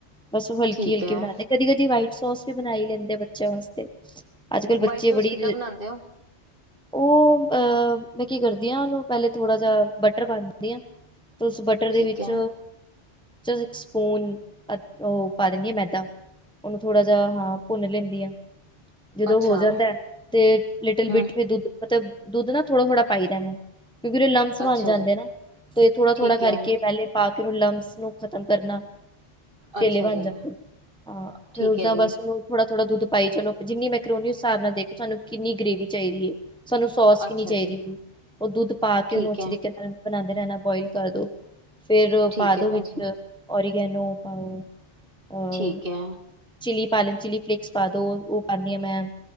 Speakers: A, in the centre; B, on the right (about 45°).
A: ਬਸ ਓ ਹਲਕੀ-ਹਲਕੀ
B: ਠੀਕ ਹੈ
A: ਬਣਾਂਦੇ ਕਦੀ-ਕਦੀ ਵਾਈਟ ਸੋਸ ਵੀ ਬਣਾਈ ਲੈਂਦੇ ਆ ਬੱਚਿਆਂ ਵਾਸਤੇ। ਅੱਜ ਕੱਲ੍ਹ ਬੱਚੇ
B: ਵਾਈਟ ਸੋਸ
A: ਬੜੀ
B: ਕਿੱਦਾਂ ਬਣਾਂਦੇ ਓ?
A: ਉਹ ਅਹ ਮੈਂ ਕੀ ਕਰਦੀ ਆ ਉਹਨੂੰ ਪਹਿਲੇ ਥੋੜਾ ਜਾ ਬਟਰ ਪਾ ਦਿੰਦੀ ਆ। ਤੋਂ ਉਸ ਬਟਰ
B: ਠੀਕ
A: ਦੇ ਵਿੱਚ
B: ਹੈ
A: ਇੱਕ ਸਪੂਨ ਓ ਪਾ ਦਿਨੀ ਆ ਮੈਦਾ ਉਹਨੂੰ ਥੋੜਾ ਜਾ ਹਾਂ ਭੁੰਨ ਲੈਂਦੀ ਆ਼। ਜਦੋਂ
B: ਅੱਛਾ
A: ਹੋ ਜਾਂਦਾ ਤੇ ਲਿਟਲ
B: ਹੂੰ,
A: ਬਿਟ ਵੀ ਦੁੱਧ ਮਤਲਬ ਦੁੱਧ ਨਾ ਥੋੜਾ ਥੋੜਾ ਪਾਈ ਦਾ ਵੇ। ਕਿਉਂਕਿ ਓਦੇ ਲੰਮਸ ਬਣ
B: ਅੱਛਾ
A: ਜਾਂਦੇ
B: ਜੀ,
A: ਆ ਨਾ, ਤੇ ਥੋੜਾ-
B: ਠੀਕ
A: ਥੋੜਾ ਕਰਕੇ
B: ਐ।
A: ਪਹਿਲੇ ਪਾ ਕੇ ਉਹਨੂੰ ਲੰਮਸ ਨੂੰ ਖ਼ਤਮ ਕਰਨਾ। ਟੇਲੇ
B: ਅੱਛਾ
A: ਬਣ
B: ਜੀ,
A: ਜਾਂਦੇ ਨੇ ਹਾਂ
B: ਠੀਕ
A: ਫੇਰ ਓਦਾਂ
B: ਐ ਜੀ,
A: ਬਸ ਉਹਨੂੰ ਥੋੜਾ-ਥੋੜਾ ਦੁੱਧ ਪਾਈ ਚਲੋ ਜਿੰਨੀ ਮੈਕਰੋਨੀ ਉਸ ਸਾਬ ਨਾਲ ਦੇਖੋ ਸਾਨੂੰ ਕਿੰਨੀ ਗ੍ਰੇਵੀ ਚਾਹੀਦੀ ਐ। ਸਾਨੂੰ ਸੋਸ ਕਿੰਨੀ
B: ਅੱਛਾ
A: ਚਾਹੀਦੀ
B: ਜੀ,
A: ਉਹਦੀ ਉਹ ਦੁੱਧ ਪਾ ਕੇ
B: ਠੀਕ
A: ਉਹਨੂੰ ਅੱਛੇ
B: ਐ।
A: ਤਰੀਕੇ ਨਾਲ ਬਣਾਂਦੇ ਰਹਿਣਾ ਬੋਇਲ ਕਰ ਦੋ ਫੇਰ
B: ਠੀਕ
A: ਪਾ ਦੋ
B: ਐ ਭੈਣ
A: ਵਿੱਚ
B: ਜੀ,
A: ਓਰੀਗੈਨੋ ਪਾਓ। ਅ
B: ਠੀਕ ਐ।
A: ਚਿੱਲੀ ਪਾਲੋ ਚਿੱਲੀ ਫਲਿਕਸ ਪਾਂਦੋ ਓ ਪਾਨੀ ਆ ਮੈਂ